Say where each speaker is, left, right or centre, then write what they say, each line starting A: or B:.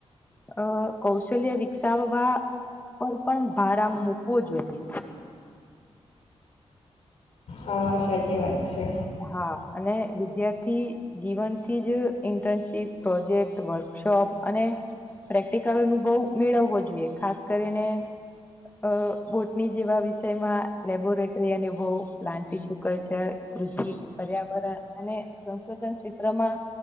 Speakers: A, on the left (about 15°); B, on the left (about 90°).
A: અ કૌશલ્ય વિકસાવવા પર પણ ભારા મૂકવો જોઈએ
B: હ સાચી વાત છે
A: હા અને વિદ્યાર્થી જીવનથી જ ઇન્ટર્નશીપ પ્રોજેક્ટ વર્કશોપ અને પ્રેક્ટિકલ અનુભવ મેળવવો જોઈએ ખાસ કરીને અ બોટની જેવા વિષયમાં લેબોરેટરી અનુભવ પ્લા કલ્ચર કૃષિ પર્યાવરણ અને સંશોધન ક્ષેત્રમાં